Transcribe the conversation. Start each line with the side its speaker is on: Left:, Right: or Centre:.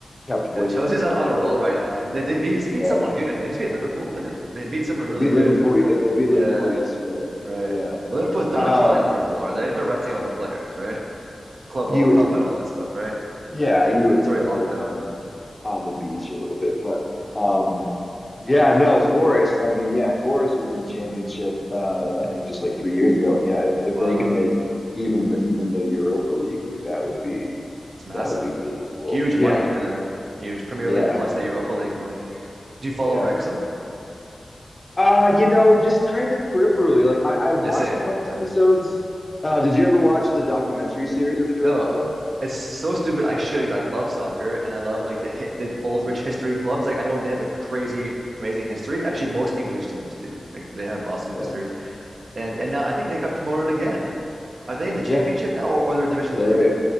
Left: kept winning,
Right: yeah, Chelsea's
Left: so
Right: on, on
Left: they
Right: a
Left: both
Right: roll right now. They, they they
Left: yeah
Right: beat someone good. They just beat Liverpool, I think. They beat someone
Left: they
Right: really
Left: beat
Right: good.
Left: Liverpool. They
Right: Uh,
Left: beat
Right: yeah,
Left: Liverpool yesterday, I think.
Right: right.
Left: Yeah,
Right: Yeah, but Liverpool, they're
Left: um,
Right: not trying Liverpool, are they? They're resting all their players, right? Club
Left: you
Right: World
Left: would
Right: Cup
Left: think.
Right: and all that stuff, right?
Left: Yeah,
Right: Yeah,
Left: you would
Right: it's
Left: think
Right: already locked
Left: they're kind
Right: up.
Left: of on the beach a little bit, but um,
Right: Yeah.
Left: yeah, no, Forest. I mean, yeah, Forest was in the championship. Uh, I think just like three years ago, and yeah, if, if
Right: Wow.
Left: they could make even the, even the Europa League, like that would be
Right: It's massive.
Left: that would be really cool.
Right: Huge
Left: Yeah,
Right: money for them. Huge Premier
Left: yeah,
Right: League plus the Europa League money. Do you follow
Left: yeah.
Right: Wrexham?
Left: Uh, you know, just kind of peripherally. Like I, I watched
Right: Yeah, same,
Left: a couple
Right: same.
Left: episodes. Uh, did you ever watch the documentary series that they're doing
Right: No,
Left: on them?
Right: it's so stupid. I should because I love soccer and I love like the hit the old rich history clubs. Like I know they have a crazy, amazing history. Actually, most English teams do. Like they have awesome
Left: Yeah.
Right: histories. And and now I think they got promoted again. Are they in the championship
Left: Yeah.
Right: now or, or they're in Division
Left: They
Right: Three?